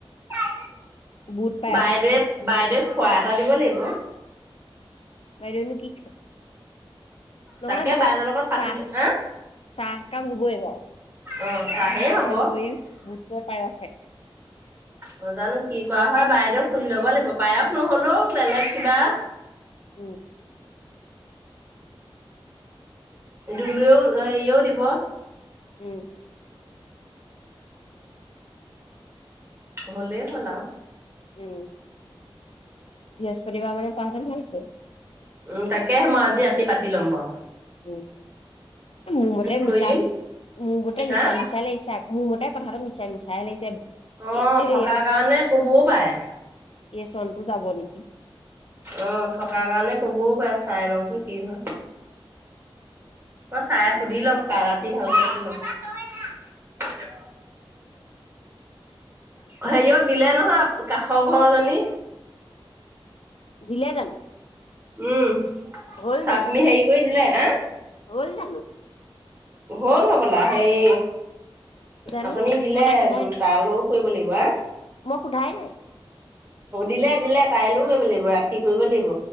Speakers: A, on the right (about 25°); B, on the left (about 90°).
A: <unintelligible>
B: বুট পায়স
A: বাইদেৱে বাইদেউৱ খোৱা এটা দিব লাগিব।
B: বাইদেউ নো কি খাব নহয়
A: তাকে
B: ধৰক
A: বাইদেউৰ লগত পাতিলো
B: চাহ,
A: আহ
B: চাহ কাপ হ'বই বাও তাৰোপৰি
A: অ চাহেই হ'ব
B: বুটে পায়সে।
A: নজানো কি কৰা হয় বাইদেউ সুধি ল'ব লাগিব পায়স নহলেও বেলেগ কিবা!
B: উম
A: দুলুৱেও হেৰিও দিব।
B: উম
A: হলেই হ'ল আৰু
B: উম বৃহস্পতিবাৰ মানে কৰা হেতেন ভাল আছিল ।
A: উম তাকেহে মই আজি ৰাতি পাতি ল'ম বাওঁ।
B: উ মোৰ মতে
A: কৰি
B: মিছা,
A: দিম
B: মোৰ মতে
A: হা
B: মিছা মিছা লাগিছে মোৰ মতে। এ কথাটো মিছা মিছাইে লাগিছে।
A: অ
B: এই এই
A: থকাৰ কাৰণে কবও পাৰে।
B: এ চনটো যাব নেকি!
A: অ থকাৰ কাৰণে কবও পাৰে চাই লওঁচোন কি হয়। অ চাই সুধি লম ৰাতি ভালকে পাতি লম। হেৰিয়ক দিলে নহয় কাষৰ ঘৰজনী।
B: দিলে জানো
A: উম
B: হ'ল
A: চাটমি
B: জানো
A: হেৰি কৰি দিলে। <unintelligible>
B: হ'ল জানো?
A: হ'ল হ'বলা সেই
B: জানো
A: অথনি দিলে
B: মই তাইক সোধাই
A: উম
B: নাই
A: তালৈও কৰিব লাগিব,
B: মই সোধাই নাই
A: দিলে দিলে তাইলৈও কৰিব কৰিব লাগিব ৰাতি কৰিব লাগিব।